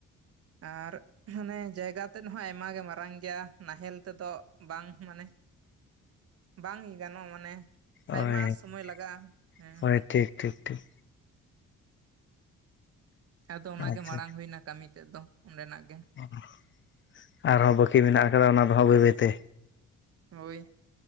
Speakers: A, on the right (about 50°); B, on the left (about 40°).
A: ᱟᱨ ᱢᱟᱱᱮ ᱡᱟᱭᱜᱟ ᱛᱮᱫ ᱦᱚᱸ ᱟᱭᱢᱟᱜ ᱜᱮ ᱢᱟᱨᱟᱝ ᱜᱮᱭᱟ ᱱᱟᱦᱮᱞ ᱛᱮᱫᱚ ᱵᱟᱝ ᱢᱟᱱᱮ ᱵᱟᱝ ᱜᱟᱱᱚᱜ-ᱟ ᱢᱟᱱᱮ
B: ᱦᱳᱭ
A: ᱟᱭᱢᱟ
B: <unintelligible>
A: ᱥᱚᱢᱚᱭ ᱞᱟᱜᱟᱜᱼᱟ ᱦᱮᱸ
B: ᱦᱳᱭ ᱴᱷᱤᱠ ᱴᱷᱤᱠ ᱴᱷᱤᱠ
A: ᱟᱫᱚ ᱚᱱᱟ
B: ᱟᱪᱪᱷᱟ
A: ᱜᱮ ᱢᱟᱲᱟᱝ ᱦᱩᱭ ᱮᱱᱟ ᱠᱟᱹᱢᱤ ᱛᱮᱫ ᱫᱚ ᱚᱸᱰᱮᱱᱟᱜ ᱜᱮ
B: <unintelligible> ᱟᱨᱦᱚᱸ ᱵᱟᱹᱠᱤ ᱢᱮᱱᱟᱜ ᱟᱠᱟᱫᱟ ᱚᱱᱟ ᱫᱚ ᱦᱟᱸᱜ ᱵᱟᱹᱭ ᱵᱟᱹᱭᱛᱮ
A: ᱦᱳᱭ